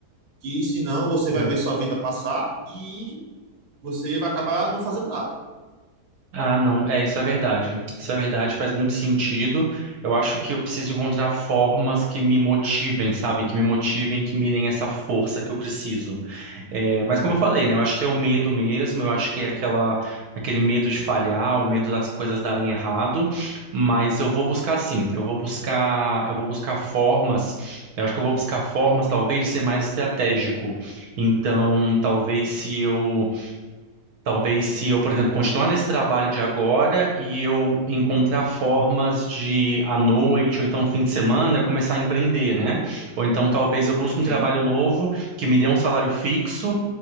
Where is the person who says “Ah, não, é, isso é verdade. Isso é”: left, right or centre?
Right